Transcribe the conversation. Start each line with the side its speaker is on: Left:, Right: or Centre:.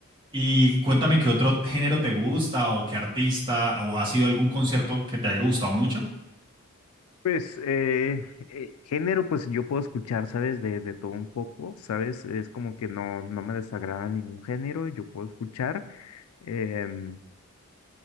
Right: Y cuéntame qué otro género te gusta o qué artista o ha sido algún concierto que te haya gustado mucho.
Left: pues eh, eh, género, pues yo puedo escuchar, ¿sabes? De, de todo un poco, ¿sabes? Es como que no, no me desagrada ningún género, yo puedo escuchar. em,